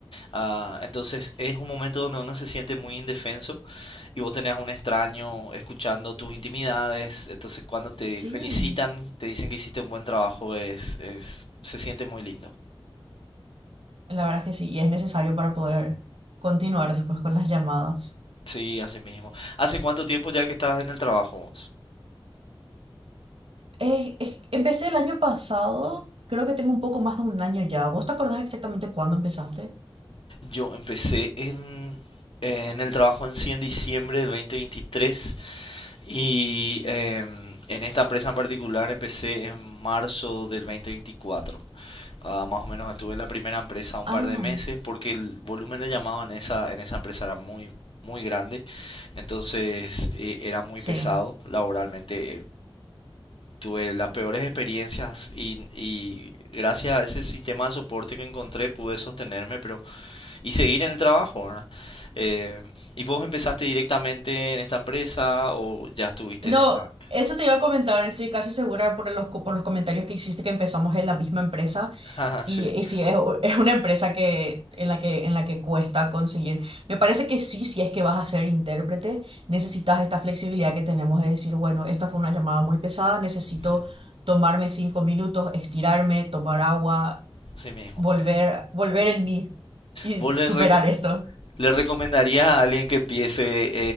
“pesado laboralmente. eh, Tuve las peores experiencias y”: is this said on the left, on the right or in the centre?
Left